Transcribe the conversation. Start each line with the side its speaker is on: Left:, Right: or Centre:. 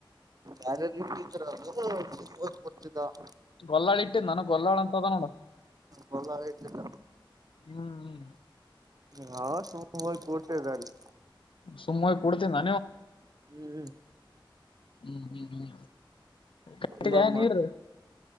Right: ಯಾರ ಯಾರಿಗಿ ಇಟ್ಟಿದ್ರ <unintelligible> ಬರ್ತಿದ್ದ ಅವ್.
Left: ಗೊಲ್ಲಾಳ ಇಟ್ಟಿದ್ದ ನನಗ್ ಗೊಲ್ಲಾಳ ಅಂತ ಅದ ನೋಡ.
Right: ಗೊಲ್ಲಾಳ ಇಟ್ಟಿದ್ದ.
Left: ಹ್ಮ್
Right: ನಾವ <unintelligible> ಇವ್ ಹೋಗಿ ಕುರ್ತೀದ್ದಾ ಅಲ್ಲಿ.
Left: ಸುಮ್ಮ್ ಹೋಗಿ ಕೂಡ್ತಿ <unintelligible>
Right: ಹ್ಮು ಹ್ಮು.
Left: ಹ್ಮು ಹ್ಮು ಹ್ಮು ಕಟ್ಟಿದೆ
Right: ಬಲ್ಲಾಳ್
Left: ನೀರ್.
Right: ಮಾಡ್ತ